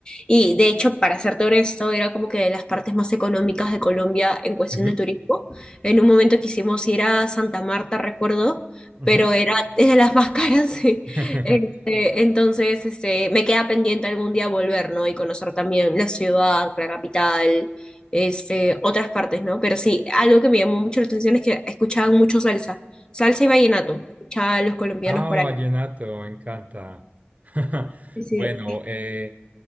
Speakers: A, on the left; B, on the right.
A: Y de hecho, para serte honesto, era como que de las partes más económicas de Colombia en cuestión
B: Ujú,
A: de turismo. En un momento quisimos ir a Santa Marta, recuerdo,
B: ujú.
A: pero era es de las más caras. <laughs> sí.
B: <laughs>
A: Este, entonces, este, me queda pendiente algún día volver, ¿no? Y conocer también la ciudad, la capital, este, otras partes, ¿no? Pero sí, algo que me llamó mucho la atención es que escuchaban mucho salsa, salsa y vallenato, escuchaban los colombianos
B: Ah,
A: por
B: vallenato,
A: ahí.
B: me encanta. <laughs>
A: Sí.
B: Bueno, eh,